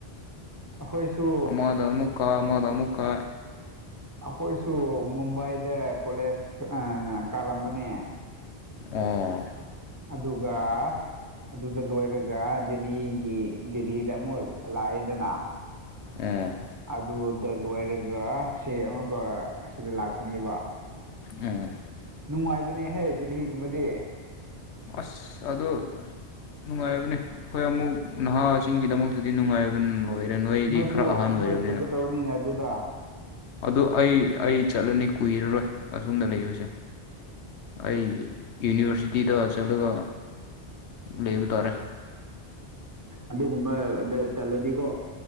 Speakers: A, on the right (about 15°); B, on the left (about 85°).
A: ꯑꯩꯈꯣꯏꯁꯨ
B: ꯑꯃꯥꯗ ꯑꯃꯀꯥ ꯑꯃꯥꯗ ꯑꯃꯨꯀꯥ
A: ꯑꯩꯈꯣꯏꯁꯨ ꯃꯨꯝꯕꯥꯏꯗ ꯀꯣꯂꯦꯖ ꯀꯥꯂꯝꯝꯕꯅꯦ
B: ꯑꯣ
A: ꯑꯗꯨꯒ ꯑꯗꯨꯗ ꯂꯣꯏꯔꯒ ꯗꯦꯜꯂꯤꯒꯤ ꯗꯦꯍꯤꯗ ꯑꯃꯨꯛ ꯂꯥꯛꯑꯦꯗꯅ
B: ꯑꯣ
A: ꯑꯗꯨꯗ ꯗ ꯂꯣꯏꯔꯒ ꯁꯤ ꯑꯃꯛꯀ ꯑꯁꯤꯗ ꯂꯥꯛꯀꯅꯦꯕ
B: ꯑꯣ
A: ꯅꯨꯡꯉꯥꯏꯕꯅꯦꯍꯦ ꯗꯗꯤꯍꯤꯒꯨꯝꯕꯗꯤ
B: ꯑꯁ ꯑꯗꯨꯗ ꯅꯨꯡꯉꯥꯏꯕꯅꯦ ꯑꯩꯈꯣꯏ ꯑꯃꯨꯛ ꯅꯍꯥꯁꯤꯡꯒꯤꯗꯃꯛꯇꯗꯤ ꯅꯨꯡꯉꯥꯏꯕ ꯂꯣꯏꯔꯦ ꯅꯣꯏꯗꯤ
A: ꯅꯣꯏꯁꯨ
B: ꯈꯔ ꯑꯍꯟ ꯑꯣꯏꯔꯕꯅꯤꯅ
A: ꯅꯣꯏ ꯆꯠꯀꯗꯕꯅꯤꯅꯦ ꯑꯗꯨꯗ
B: ꯑꯗꯨ ꯑꯩ ꯑꯩ ꯆꯂꯅꯤ ꯀꯨꯏꯔꯔꯣꯏ ꯑꯁꯣꯝꯗ ꯂꯩꯕꯁꯦ ꯑꯩ ꯌꯨꯅꯤꯚꯔꯁꯤꯇꯤꯗ ꯆꯂꯒ ꯂꯩꯕ ꯇꯥꯔꯦ
A: ꯑꯗꯨꯒꯨꯝꯕꯗ ꯆꯠꯂꯗꯤꯀꯣ